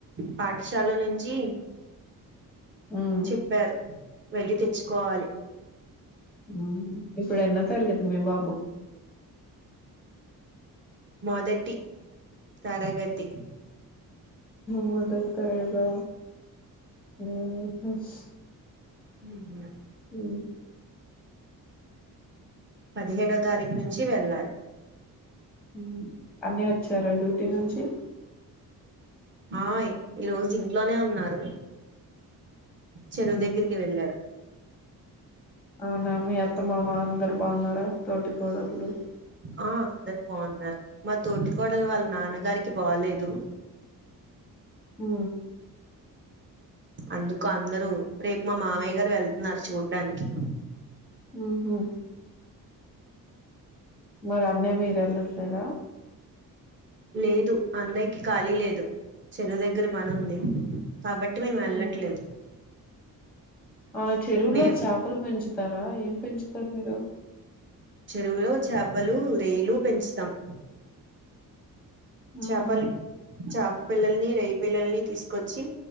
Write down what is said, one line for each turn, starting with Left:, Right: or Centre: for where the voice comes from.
Right: పాఠశాల నుంచి
Centre: మ్మ్
Right: చెప్పారు వెళ్లి తెచ్చుకోవాలి
Centre: ఆ ఇప్పుడు ఎన్నో తరగతి మీ బాబు
Right: మొదటి తరగతి
Centre: మొదటి తరగతా ఊ హుచ్
Right: ఉమ్ యా
Centre: ఉ
Right: పదిహేడో తారీఖు నుంచి వెళ్ళాలి
Centre: ఉమ్ అన్నయా వచ్చారా డ్యూటీ నుంచి
Right: ఆ ఈ రోజు ఇంట్లోనే ఉన్నారు చెరువు
Centre: మ్మ్
Right: దగ్గరికి వెళ్ళారు
Centre: అవునా మీ అత్తమామ అందరు బాగున్నారా తోటి కోడళ్లు
Right: ఆ అందరు బాగున్నారు మా తోటి కోడలు వాళ్ళ నాన్నగారికి బాలేదు
Centre: హ
Right: అందుకు అందరూ రేపు మా మామయ్య గారు వెళ్తున్నారు చూడ్డానికి
Centre: ఉహుం మరి అన్నయ్య మీరు వెళ్లట్లేదా
Right: లేదు అన్నయ్యకి ఖాళీ లేదు చెరువు దగ్గర పని ఉంది కాబట్ అట్టి మేము
Centre: ఉమ్
Right: వెళ్ళలట్లేదు
Centre: ఆ చెరువులో
Right: మే
Centre: చేపలు పెంచుతారా ఏం పెంచుతారు మీరు
Right: చెరువులో చేపలు రెయ్యలు పెంచుతాం చాపలు
Centre: ఆహా
Right: చేప పిల్లల్ని రెయ పిల్లల్ని తీసుకొచ్చి